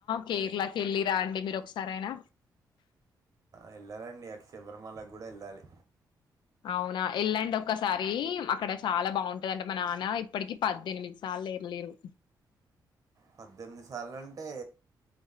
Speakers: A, on the left (about 80°); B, on the right (about 50°).
A: కేరళకి వెళ్ళి రా అండి మీరు ఒకసారియినా
B: వెళ్ళాలండి అక్షయ బ్రహ్మాలకు కూడా వెళ్ళాలి
A: అవునా వెళ్ళండి ఒక్కసారి అక్కడ చాలా బాగుంటదింటే మా నాన్న ఇప్పటికి పద్దెనిమిది సార్లు యెలేరు
B: పద్దెనిమిది సార్లు అంటే